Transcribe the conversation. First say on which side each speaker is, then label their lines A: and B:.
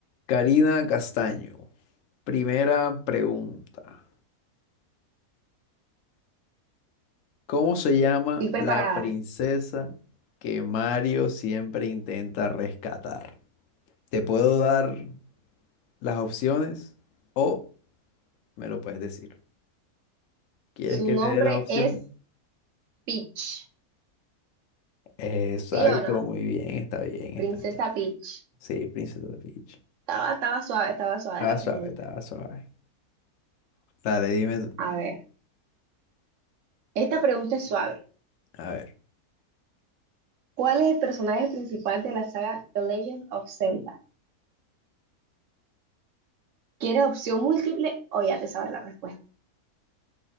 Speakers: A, on the left (about 65°); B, on the right (about 60°).
A: Karina Castaño, primera pregunta. ¿Cómo se llama
B: Estoy preparada.
A: la princesa que Mario siempre intenta rescatar? ¿Te puedo dar las opciones o me lo puedes decir? ¿Quieres
B: Su
A: que
B: nombre
A: te dé las opciones?
B: es Peach.
A: Exacto,
B: ¿Sí o no?
A: muy bien, está bien,
B: Princesa
A: está bien.
B: Peach.
A: Sí, Princesa Peach.
B: Estaba, estaba suave, estaba suave
A: Estaba
B: la
A: suave,
B: pregunta.
A: estaba suave. Dale, dime tú.
B: A ver, esta pregunta es suave.
A: A ver,
B: ¿Cuál es el personaje principal de la saga The Legend of Zelda? ¿Quieres opción múltiple o ya te sabes la respuesta?